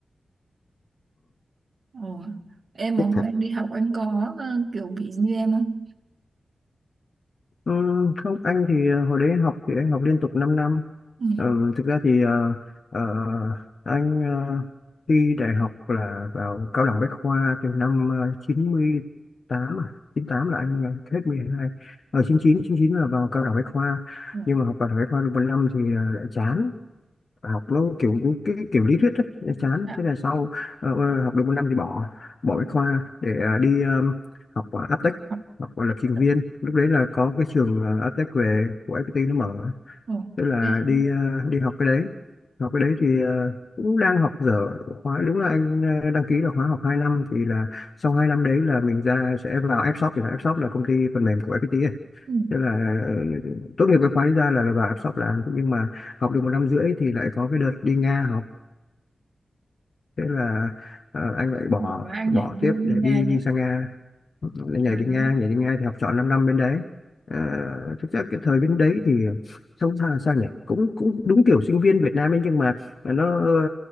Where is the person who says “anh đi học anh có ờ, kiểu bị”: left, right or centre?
Right